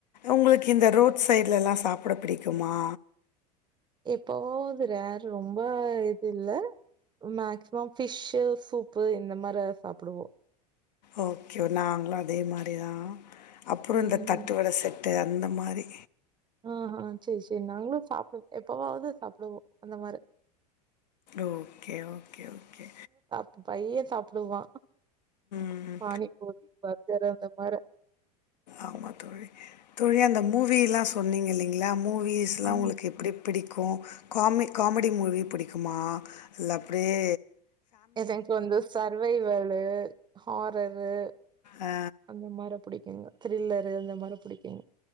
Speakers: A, on the left; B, on the right.
A: உங்களுக்கு இந்த ரோட் சைட்லலா சாப்ட பிடிக்குமா
B: எப்பவோது ரேர்ரு ரொம்ப இது இல்ல மேக்சிமம் ஃபிஷ்ஸு, சூப்பு இந்த மாரிலா சாப்டுவோ
A: ஓகே நாங்களு அதே மாரி தா அப்ரோ
B: ம்
A: இந்த தட்டுவட செட் புட்டு அந்த மாரி
B: ம்ஹூ சேரி சேரி நாங்ளு சாப்டு எப்பவாவது சாப்டுவோ அந்த மாரி
A: ஓகே ஓகே ஓகே
B: எ பையே சாப்டுவா
A: ம்
B: பானிப்பூரி பர்கர் அந்த மார
A: ஆமா தோழி தோழி அந்த மூவில்லா சொன்னீங்க இல்லைங்களா மூவிஸ்ல்லா
B: ஆமா
A: உங்களுக்கு எப்டி பிடிக்கு காமி காமெடி மூவி பிடிக்குமா இல்ல அப்டியே
B: எனக்கு வந்து சர்வேய்வேலு ஹாரரு
A: ஆ,
B: அந்த மார புடிக் த்ரில்லரு இந்த மாரி புடிக்குங்